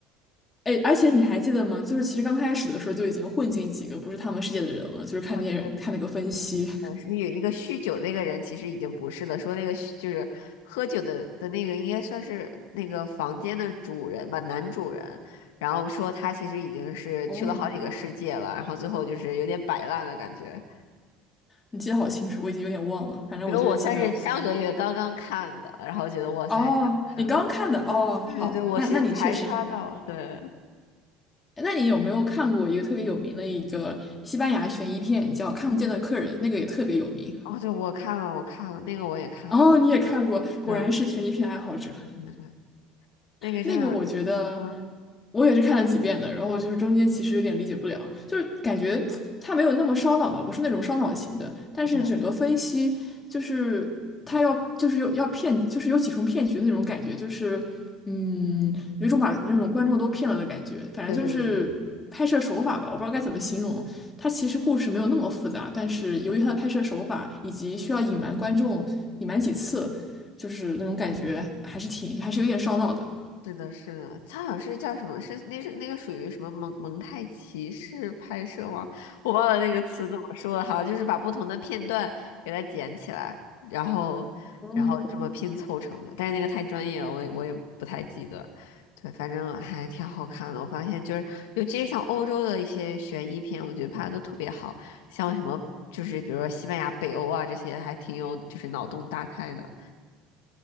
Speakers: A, on the left; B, on the left.
A: 哎，而且你还记得吗？就是其实刚开始的时候就已经混进几个不是他们世界的人了，就是看电影看那个分析。
B: 哦，对的，是有那个酗酒那个人其实已经不是了，说那个酗就是喝酒的的那个应该算是那个房间的主人吧，男主人，然后说他其实已经是去了好几个世界了，
A: 哦，
B: 然后最后就是有点摆烂的感觉，
A: 你记得好清楚，我已经有点忘了。反正我就是记得，
B: 因为我算是上个月刚刚看的，然后觉得哇塞还挺好看的，
A: 哦，你刚刚看的，哦，
B: 对对对，
A: 好，
B: 我是才刷到，
A: 那那你确实，
B: 对，
A: 那你有没有看过一个特别有名的一个西班牙悬疑片，叫《看不见的客人》，那个也特别有名。
B: 哦对，我看了我看了那个我也看了，
A: 哦，你也看过，果然是悬疑片爱好者。
B: 对对对对，那个真的，
A: 那个我觉得
B: 嗯，
A: 我也是看了几遍的，然后就是中间其实有点理解不了，就是感觉它没有那么烧脑吧，不是那种烧脑型的，但是整个分析就是它要就是有要骗，
B: 对
A: 就是有几重骗局的那种感觉，就是嗯，有一种把那种观众都骗了的感觉，反正就是拍摄手法吧，
B: 对对对对。
A: 我不知道该怎么形容。它其实故事没有那么复杂，但是由于它的拍摄手法以及需要隐瞒观众隐瞒几次，就是那种感觉还是挺还是有点烧脑的。
B: 是的，是的，他好像是叫什么？是那是那个属于什么蒙蒙太奇式拍摄吗？我忘了那个词怎么说了，好像就是把不同的片段给它剪起来，然后然后这么拼凑成的。
A: 嗯，
B: 但是那个太专业了，我也我也不太记得。对，反正还挺好看的。我发现就是，尤其是像欧洲的一些悬疑片，我觉得拍的都特别好，像什么就是比如说西班牙、北欧啊这些，还挺有就是脑洞大开的。